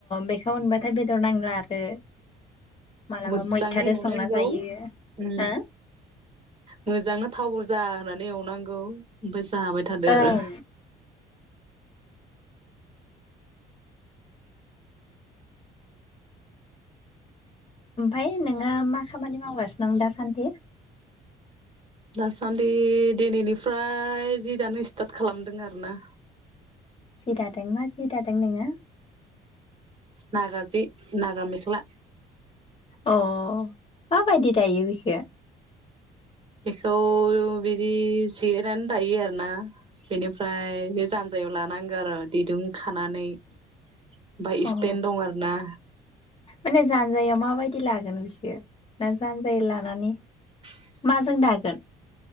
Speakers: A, on the left (about 30°); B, on the right (about 35°).
A: बेखौ मोनबाथाय बेदर नांला आरो मालाबा
B: मोजाङै
A: मैथादो
B: एवनांगौ
A: संना जायो
B: उम
A: हो
B: मोजांनो थाव बुरजा होनानै एवनांगौ ओमफाय जाबाय थादो
A: ओं
B: आरो
A: ओमफाय नोङो मा खामानि मावगासिनो दं दासान्दि
B: दासान्दि दिनैनिफ्राय जि दानो स्टार्ट खालामदों आरो ना
A: जि दादों मा जि दादों नोङो
B: नागाजि नागा मेख्ला
A: अ माबायदि दायो बिखो
B: बेखौ बिदि जिरायनानै दायो आरोना बेनिफ्राय बे जानजायाव लानांगौ आरो दिरुं खानानै ओमफाय
A: अ
B: स्टेेन दं आरो ना
A: माने जानजायाव माबायदि लागोन बिख ना जानजाय लानानै
B: <unintelligible>
A: माजों दागोन।